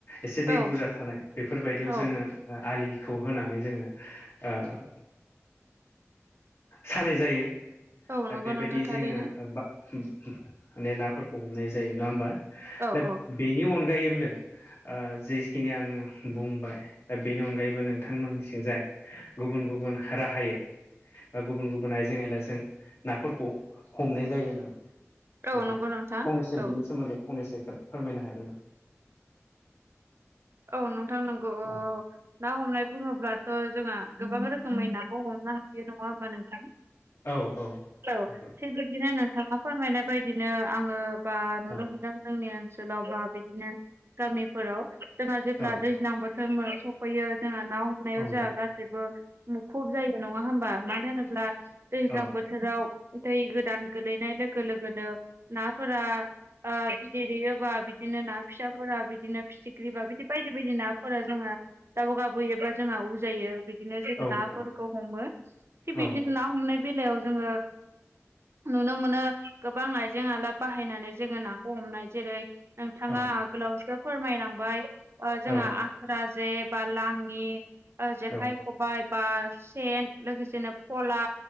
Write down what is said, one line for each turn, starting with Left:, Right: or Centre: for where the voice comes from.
Left: एसे दै
Right: औ
Left: बुरजा थानाय बेफोरबायदियाव
Right: औ
Left: जोङो आलिखौ होनानै जोङो ओ सानाय जायो
Right: औ
Left: दा
Right: नंगौ
Left: बेबायदि
Right: नोंथां थारैनो
Left: जोङो माने नाफोरखौ हमनाय जायो नङा होनबा
Right: औ
Left: दा
Right: औ
Left: बेनि अनगायैब्लो ओ जिस दिनै आङो बुंबाय दा बेनि अनगायैबो नोंथांमोननिथिंजाय गुबुन गुबुन राहायै बा गुबुन गुबुन आइजें आइला जों नाफोरखौ हमनाय जायो नामा
Right: औ
Left: नोंथां
Right: नंगौ
Left: फंनैसो
Right: औ
Left: बिनि सोमोन्दै फंनैसो फोरमायनो हागोन नामा?
Right: औ नोंथां नंगौ।
Left: नामा
Right: ओ ना हमनाय बुङोब्लाथ' जोंहा गोबां रोखोमै नाखौ हमनो हायो नङा नंङा होनबा नोंथां?
Left: औ औ नंगौ
Right: औ थिग बि बिदिनो नोंथाङा फोरमायनाय बायदिनो आङो बा नुनो
Left: औ
Right: मोनदों जोंनि ओनसोलाव बा बिदिनो गामिफोराव जोंहा जेब्ला
Left: औ
Right: दैज्लां बोथोर समबो सफैयो जोंहा ना हमनायाव
Left: औ नोंथां
Right: जोंहा गा जेबो मुखुब जायो नङा होनबा मानो होनोब्ला दैज्लां
Left: औ
Right: बोथोराव दै गोदान गोलैनाय लोगो लोगोनो नाफोरा ओ बिदै दैयोबा बिदिनो ना फिसाफोरा बिदिनो फिथि ख्रिबा बिदि बायदि बायदि नाफोरा जोङो दा़व गाबोयोबा जोंहा उजायो बिदिनो जोङो
Left: औ नोंथां
Right: नाफोरखौ हमो थिग
Left: औ
Right: बिदिनो ना हमनाय बेलायाव जोङो नुनो मोनो गोबां आइजें आलाब बाहायनानै जोङो नाखौ हमनाय जेरै नोंथाङा
Left: औ
Right: आगोलावसो फोरमायलांबाय जोंहा
Left: औ
Right: आस्रा जे बा लाङि जेखाइ
Left: औ
Right: खबाय बा सेन लोगोसेनो फला